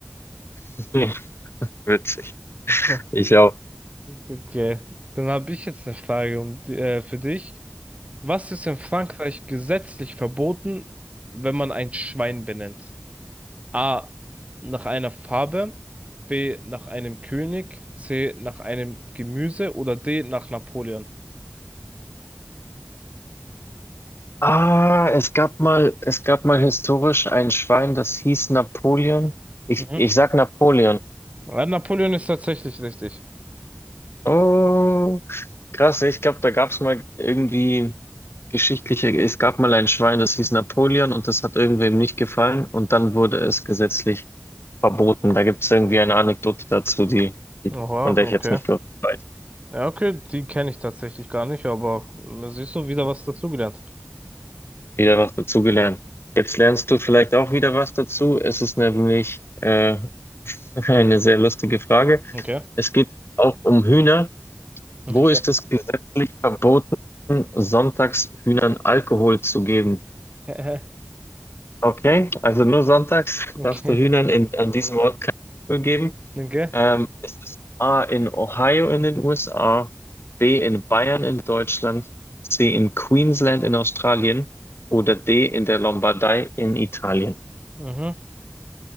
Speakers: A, on the left (about 70°); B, on the right (about 30°).
A: <laughs> Witzig.
B: <laughs>
A: Ich auch.
B: Okay, dann habe ich jetzt eine Frage um, äh, für dich. Was ist in Frankreich gesetzlich verboten, wenn man ein Schwein benennt? A. Nach einer Farbe, B. Nach einem König, C. Nach einem Gemüse oder D. Nach Napoleon?
A: Ah, es gab mal, es gab mal historisch ein Schwein, das hieß Napoleon. Ich,
B: Mhm.
A: ich sag Napoleon.
B: Ja, Napoleon ist tatsächlich richtig.
A: Oh, krass. Ich glaube, da gab es mal irgendwie geschichtliche, es gab mal ein Schwein, das hieß Napoleon und das hat irgendwem nicht gefallen und dann wurde es gesetzlich verboten. Da gibt es irgendwie eine Anekdote dazu, die, die-
B: Oha,
A: von der ich
B: okay.
A: jetzt nicht wirklich weiß.
B: Ja, okay, die kenne ich tatsächlich gar nicht, aber da siehst du wieder was dazugelernt.
A: Wieder was dazu gelernt. Jetzt lernst du vielleicht auch wieder was dazu. Es ist nämlich äh, <laughs> Eine sehr lustige Frage.
B: Okay.
A: Es geht auch um Hühner.
B: Okay.
A: Wo ist es gesetzlich verboten, sonntags Hühnern Alkohol zu geben?
B: <laughs>
A: Okay, also nur sonntags
B: Okay.
A: darfst du Hühnern in, an diesem Ort kein Alkohol geben.
B: Okay.
A: Ähm, es ist A in Ohio in den USA, B in Bayern in Deutschland, C in Queensland in Australien oder D in der Lombardei in Italien?
B: Mhm.